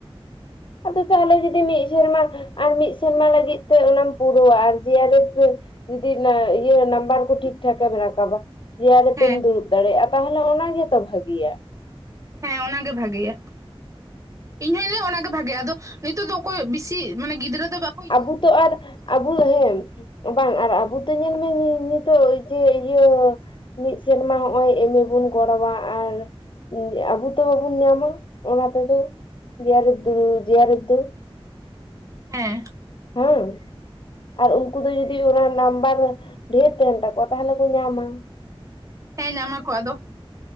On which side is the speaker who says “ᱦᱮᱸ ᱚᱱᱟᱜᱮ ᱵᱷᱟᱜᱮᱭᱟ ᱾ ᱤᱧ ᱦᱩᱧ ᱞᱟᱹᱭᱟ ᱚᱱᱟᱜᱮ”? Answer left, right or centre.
Right